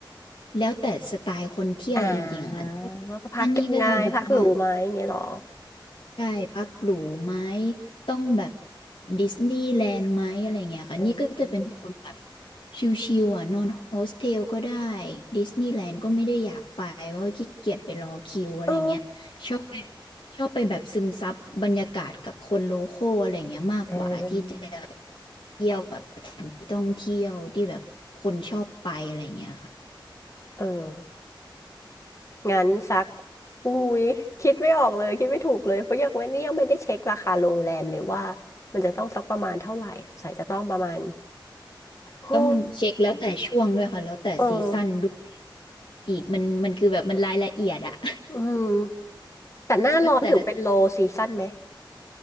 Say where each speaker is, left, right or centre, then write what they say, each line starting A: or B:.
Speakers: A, on the left (about 85°); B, on the left (about 35°).
A: แล้วแต่สไตล์คนเที่ยวจริงๆอะค่ะ
B: <laughs> อ่าว่าพักยังไงพักหรูไหมอย่างเงี้ยเหรอ
A: อันนี้ก็จะแบบว่าได้พักหรูไหมต้องแบบดิสนีย์แลนด์ไหมอะไรเงี้ยค่ะนี่ก็จะเป็นคนแบบ
B: เออ
A: ชิวๆอ่ะนอนโฮสเทลก็ได้ดิสนีย์แลนด์ก็ไม่ได้อยากไปเพราะว่าขี้เกียจไปรอคิวอะไรเงี้ยชอบไป
B: โอ้
A: ชอบไปแบบซึมซับบรรยากาศกับคนโลคอลอะไรเงี้ยมากกว่าที่จะ
B: เออ
A: เที่ยวแบบสถานที่ท่องเที่ยวที่แบบคนชอบไปอะไรเงี้ยค่ะ
B: เอองั้นสักอุ้ยคิดไม่ออกเลยคิดไม่ถูกเลยเพราะยังไม่นี่ยังไม่ได้เช็คราคาโรงแรมเลยว่ามันจะต้องสักประมาณเท่าไหร่สงสัยจะต้องประมาณโอ้
A: ต้องเช็คแล้วแต่ช่วงด้วยค่ะแล้วแต่ซีซั่นด้วย
B: เออ
A: อีกมันมันคือแบบมันรายละเอียดอะ
B: อืมแต่หน้าร้อนถือเป็น
A: <laughs> แล้วแต่ละ
B: low season ไหม